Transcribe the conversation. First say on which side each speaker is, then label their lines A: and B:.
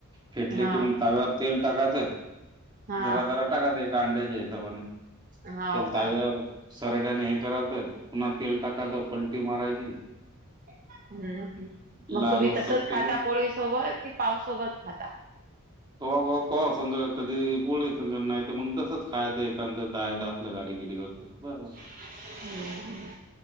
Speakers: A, on the right; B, on the right.
A: फेटले
B: हा
A: की मग ताव्यावर तेल टाकायतच
B: हा
A: जरा जरा टाकात एकाअंड्याच्या हिशोबनें
B: हा हो
A: ते
B: का
A: ताब्या सरट्याने हे करायच पुन्हा तेल टाकायच पलटी मारायची
B: <unintelligible> हम्म मग
A: लाल
B: तुम्ही
A: होईस्तोवर
B: तसच
A: त्याले
B: खाता पोळी सोबत कि पावसोबत खाता.
A: कवा कवा पाव संग कधी पोळी संगत नाही तर मग तसंच खायचं एखाद्या असलं गाडीगिडीवर <unintelligible>
B: <inaudible> ह्म्